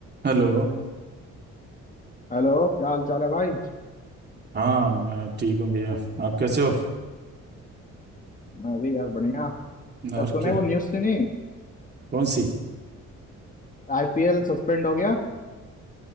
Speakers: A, on the right; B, on the left.
A: Hello
B: Hello क्या हाल चाल है भाई
A: हाँ मैं ठीक हूँ भैया आप कैसे हो
B: मैं भी यार बढ़िया यार
A: और
B: तूने
A: क्या
B: वो न्यूज़ सुनी
A: कौन सी
B: आईपीएल सस्पेंड हो गया